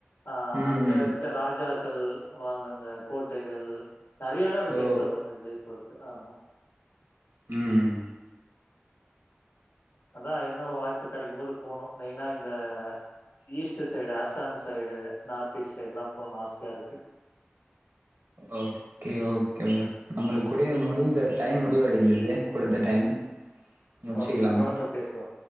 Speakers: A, on the left (about 85°); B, on the right (about 70°).
A: அஹ்
B: ம்
A: அங்க
B: ம்.
A: இரு ந்த ராஜாக்கள் வாழ்ந்த அந்த கோட்டைகள் நெறைய எடோ இருக்கு
B: ஓ
A: எக்ஸ்ப்ளோர் பண்றதுக்கு ஜெய்பூர் து ஆமா
B: ம்
A: அதா இன்னு வாய்ப்பு கெடைக்கு போது போணு மெயினா இந்த east side Assam side north east side ல்லா போணு ஆசையா ருக்கு
B: ஓ கே ஓகேங்க நம்மளுக்கு கூடிய முடிந்த டைம் முடிவடைந்தது குடுத்த டைம் முடிச்சுக்கலாமா
A: ஓகே தொடர்ந்து பேசுவோ